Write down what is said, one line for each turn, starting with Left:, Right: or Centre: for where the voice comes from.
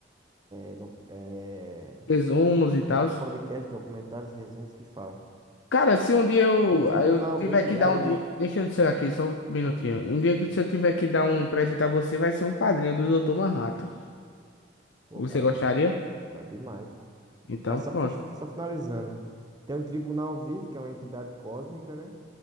Right: é, doc- é,
Left: Resumos e tal?
Right: re- podcast, documentários e resumos que falam.
Left: Cara, se um dia eu,
Right: O tribunal,
Left: ah, eu tiver
Right: o, ti-
Left: que dar
Right: aí...
Left: um. di- Deixa eu dizer aqui, só um minutinho. Um dia que se eu tiver que dar um presente a você, vai ser um quadrinho do Dr. Manhattan.
Right: Pô,
Left: Você
Right: cara,
Left: gostaria?
Right: valeu. Vai demais.
Left: Então,
Right: Aí só,
Left: pronto.
Right: fech- só finalizando. Tem um tribunal vivo, que é uma entidade cósmica, né?